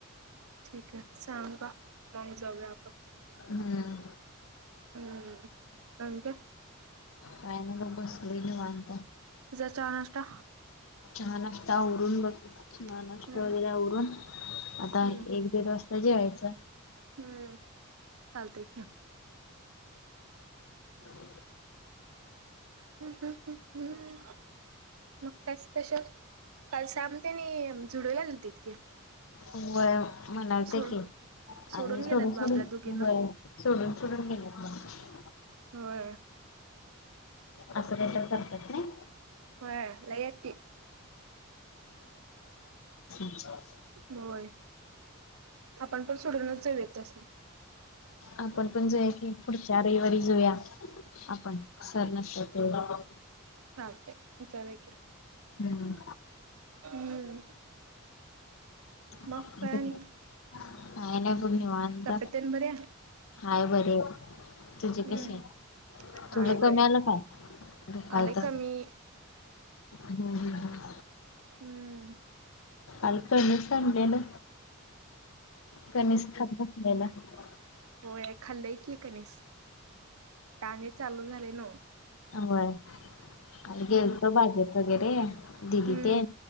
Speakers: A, on the right; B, on the left.
A: ठीक आहे. सांगा. मग जाऊया आपण
B: हम्म
A: <unintelligible>
B: का नाही बघ बसलोय निवांत
A: तुझा चहा, नाश्ता?
B: चहा, नाश्ता आवरून बघ चहा, नाश्ता
A: हम्म
B: वगैरे आवरून आता
A: हम्म
B: एक दीड वाजता मग जेवायचं.
A: हम्म चालत की
B: <inaudible>
A: हम् हम् ह हम् मग काय स्पेशल? काल साबते आणि झुडूला दिते की
B: व्हय म्हणालते
A: सोड
B: की आणि
A: सोडून गेल्यात
B: थोड
A: बा
B: थोड
A: आपल्या दोघींना
B: व्हय सोडून सोडून गेले मग
A: होय.
B: असं काही तर करतात नाही
A: होय लई आहेत ती
B: <unintelligible> <unintelligible>
A: होय. आपण पण सोडूनच जाऊयात त्यासनी.
B: आपण पण जाऊया की, पुढच्या रविवारी जाऊया आपण सर नसत्यात तेव्हा
A: चालतंय. जाऊया
B: हम्म.
A: हम्म
B: नाही
A: मग काय आणि
B: नाही एकदम निवांत
A: तब्येत तेन बरी आहे
B: हाय बर तुझे
A: हम्म
B: कसे आहे.
A: हाय
B: तुझं
A: बरी
B: कमी आलं काय काय
A: आलंय
B: तर
A: कमी
B: हम् हम.
A: हम्म.
B: आलकळ सडेेला. कमीच खरसलेला <unintelligible>
A: हो खाल्लंय की कणीस टाग चालू झाले न.
B: होय. आणि गेलतो बागेत वगैरे दिदी
A: हम्म
B: ते